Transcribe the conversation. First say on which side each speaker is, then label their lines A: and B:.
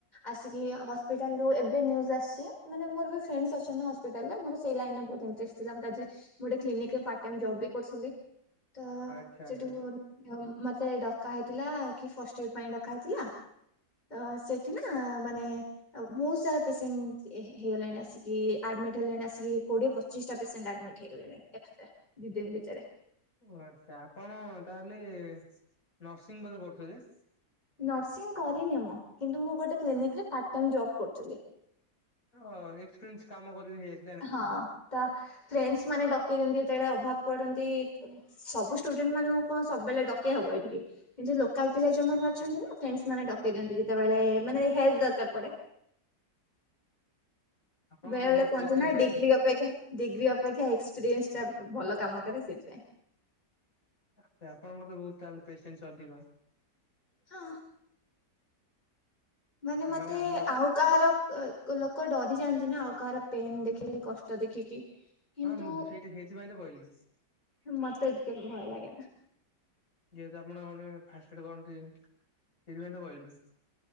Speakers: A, on the left; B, on the left.
A: ଆସିକି ହସ୍ପିଟାଲ ରୁ ଏବ ଏବେ ନ୍ୟୁଜ୍ ଆସିଛି ମାନେ ମର ବି ଫ୍ରେଣ୍ଡସ୍ ଅଛନ୍ତି ହସ୍ପିଟାଲରେ ମୋର ସେଇ ଲାଇନରେ ବହୁତ ଇଣ୍ଟରେଷ୍ଟ ଥିଲା ତା ଦେରେ ଗୋଟେ କ୍ଲିନିକରେ ପାର୍ଟ ଟାଇମ ଜବ୍ ବି କରୁଥିଲି ତ
B: ଆଚ୍ଛା
A: ସେଠୁ
B: ଆଚ୍ଛା
A: କଣ ୟମ ମତେ ଡକା ହେଇଥିଲା କି ଫାର୍ଷ୍ଟ ୟାର ପାଇଁ ଡକା ହେଇଥିଲା। ହଁ ସେଠି ବି ନା ମାନେ ବହୁତ ସାରା ପେସେଣ୍ଟ ହେଇଗଲାଣି ଆସିକି ଆଡମିଟ ହେଲାଣି ଆସିକି କୋଡିଏ ପଚ ପଚିଶଟା ପେସେଣ୍ଟ ଆଡମିଟ ହେଇଗଲେଣି ଏକ୍ସଟ୍ରା ଦି ଦିନ ଭିତରେ।
B: ଓ ଆଚ୍ଛା ଆପଣ ତାହେଲେ ନର୍ସିଂ ବୋଧେ କରୁଥିବେଯେ?
A: ନର୍ସିଂ କରିନି ମୁଁ, କିନ୍ତୁ ମୁଁ ଗୋଟେ କ୍ଲିନିକରେ ପାର୍ଟ ଟାଇମ ଜବ୍ କରୁଥିଲି।
B: ହଁ ଏକ୍ସପିରିଏନ୍ସ କାମ କରି ହେତ
A: ହଁ, ତା ଫ୍ରେଣ୍ଡ ମାନେ ଡକେଇଦନ୍ତି ଯେତେବେଳେ ଅଭାବ ପଡନ୍ତି। ସବୁ ଷ୍ଟୁଡେଣ୍ଟ ମାନଙ୍କୁ କଣ ସବୁବେଳେ ଡକେଇ ହବ ଏଠିକି। କିନ୍ତୁ ଲୋକାଲ ପିଲା ଯୋଉମାନେ ଅଛନ୍ତି ନା ଫ୍ରେଣ୍ଡସମାନେ ଡକେଇ ଦିଅନ୍ତି। ଯେତେବେଳେ ମାନ ହେଲ୍ପ ଦରକାର ପଡେ।
B: ଆପଣଙ୍କର
A: ବେଳେ
B: ତ
A: ବେଳେ
B: ବହୁତ
A: କୁହନ୍ତି
B: ପେସେନ୍ସ
A: ନା ଡିଗ୍ରୀ
B: ଅଛି।
A: ଅପେକ୍ଷା ଡିଗ୍ରୀ ଅପେକ୍ଷା ଏକ୍ସପିରିଏନ୍ସ ଟା ଭଲ କାମ କରେ ସେଥିପାଇଁ।
B: ଆ, ଆପଣଙ୍କର ତ ବହୁତ ତାହେଲେ ପେସେନ୍ସ ଅଧିକ।
A: ହଁ। ମାନେ
B: କାହିଁକିନା
A: ମତେ
B: ଆମର
A: ଆଉ କାହାର ତୋ, ଲୋକ ଡରି ଯାଆନ୍ତି ନା ଆଉ କାହାର ପେନ ଦେଖିକି କଷ୍ଟ ଦେଖିକି। କିନ୍ତୁ,
B: ହଁ ମୁଁ ସେଇଟା ସେଇଥିପାଇଁ ତ କହିଲି।
A: ଉଁ ମତେ ଟିକେ ଭୟ ଲାଗେନା।
B: ଯେହେତୁ ଆପଣ ମାନେ ଫାଷ୍ଟ ଏଡ଼୍ କରନ୍ତି, ସେଥି ପାଇଁ ତ କହିଲି।